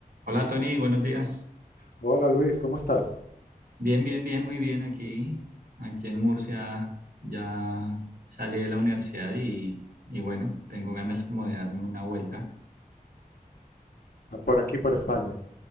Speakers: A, on the right; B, on the left.
A: Hola Tony, buenos días.
B: Hola Luis, ¿cómo estás?
A: Bien, bien, bien, muy bien aquí. Aquí en Murcia ya salí de la universidad y, y bueno, tengo ganas como de darme una vuelta.
B: Ah, Por aquí, por España.